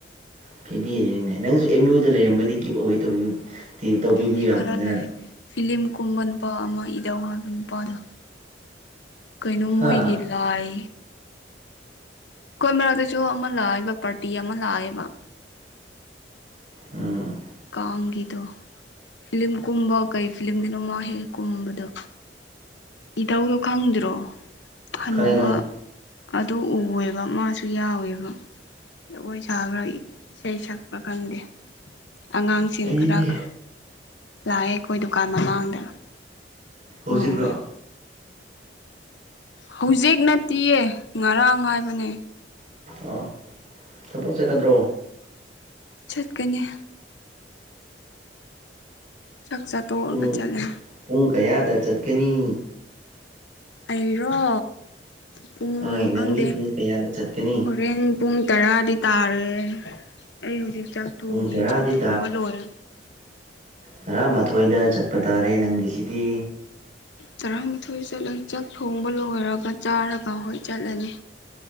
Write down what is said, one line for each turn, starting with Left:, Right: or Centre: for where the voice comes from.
Right: ꯄꯤꯕꯤꯔꯤꯅꯤꯅꯦ ꯅꯪꯁꯨ ꯑꯦꯝ ꯌꯨꯗ ꯂꯩꯔꯝꯃꯗꯤ ꯒꯤꯐ ꯑꯋꯦ ꯇꯧꯕꯤꯕ ꯗꯤ ꯇꯧꯕꯤꯕ
Left: ꯃꯤ
Right: ꯌꯥꯕꯅꯤ
Left: ꯈꯔ ꯂꯩ
Right: ꯉꯔꯥꯡ
Left: ꯐꯤꯂꯤꯝ ꯀꯨꯝꯕ ꯅꯨꯄꯥ ꯑꯃ ꯏꯗꯧ ꯍꯥꯏꯕ ꯅꯨꯄꯥꯗꯣ ꯀꯩꯅꯣ ꯃꯣꯏꯒꯤ
Right: ꯍꯥ
Left: ꯂꯥꯏ ꯑꯩꯈꯣꯏ ꯃꯔꯛꯇꯁꯨ ꯑꯃ ꯂꯥꯛꯑꯦꯕ ꯄꯥꯔꯇꯤ ꯑꯃ ꯂꯥꯛꯑꯦꯕ
Right: ꯎꯝ
Left: ꯀꯥꯒꯤꯗꯣ ꯐꯤꯂꯝ ꯀꯨꯝꯕ ꯀꯩ ꯐꯤꯂꯝꯒꯤꯅꯣ ꯃꯥ ꯍꯦꯛ ꯀꯨꯝꯕꯗꯣ ꯏꯙꯧꯗꯣ ꯈꯪꯗ꯭ꯔꯣ ꯑꯅꯨꯕ
Right: ꯈꯪꯉꯦ ꯈꯪꯉꯦ
Left: ꯑꯗꯨ ꯎꯑꯦꯕ ꯃꯥꯁꯨ ꯌꯥꯎꯋꯦꯕ ꯖꯒꯣꯏ ꯁꯥꯕ꯭ꯔꯥ ꯏꯁꯩ ꯁꯛꯄ ꯈꯪꯗꯦ ꯑꯉꯥꯡꯁꯤꯡ
Right: ꯑꯩꯗꯤ
Left: ꯈꯔꯒ ꯂꯥꯛꯑꯦ ꯑꯩꯈꯣꯏ ꯗꯨꯀꯥꯟ ꯃꯃꯥꯡꯗ
Right: ꯍꯧꯖꯤꯛ꯭ꯔꯣ
Left: ꯎꯋꯦ ꯍꯧꯖꯤꯛ ꯅꯠꯇꯤꯌꯦ ꯉꯔꯥꯡ ꯍꯥꯏꯥꯏꯕꯅꯦ
Right: ꯑ ꯊꯕꯛ ꯆꯠꯒꯗ꯭ꯔꯣ
Left: ꯆꯠꯀꯅꯤ ꯆꯛꯆꯥ ꯇꯔꯒ
Right: ꯄꯨꯡ
Left: ꯆꯂꯦ
Right: ꯄꯨꯡ ꯀꯌꯥꯗ ꯆꯠꯀꯅꯤ
Left: ꯑꯩꯔꯣ ꯄꯨꯡ
Right: ꯍꯣꯏ ꯅꯪꯗꯤ
Left: ꯈꯪꯗꯦ
Right: ꯄꯨꯡ ꯀꯌꯥꯗ ꯆꯠꯀꯅꯤ
Left: ꯍꯣꯔꯦꯟ ꯄꯨꯡ ꯇꯔꯥꯗꯤ ꯇꯥꯔꯦ ꯑꯩ ꯍꯧꯖꯤꯛ ꯆꯥꯛ ꯊꯣꯡꯉꯤ
Right: ꯄꯨꯡ ꯇꯔꯥꯗꯤ
Left: ꯆꯥꯛ ꯊꯣꯡꯕ ꯂꯣꯏꯔꯦ
Right: ꯇꯔꯥꯃꯊꯣꯏꯗ ꯆꯠꯄ ꯇꯥꯔꯦ ꯅꯪꯒꯤꯁꯤꯗꯤ
Left: ꯇꯔꯥꯃꯥꯊꯣꯏ ꯆꯠꯂꯣꯏ ꯆꯥꯛ ꯊꯣꯡꯕ ꯂꯣꯏꯔꯒ ꯆꯥꯔꯒ ꯍꯣꯏ ꯆꯠꯂꯅꯤ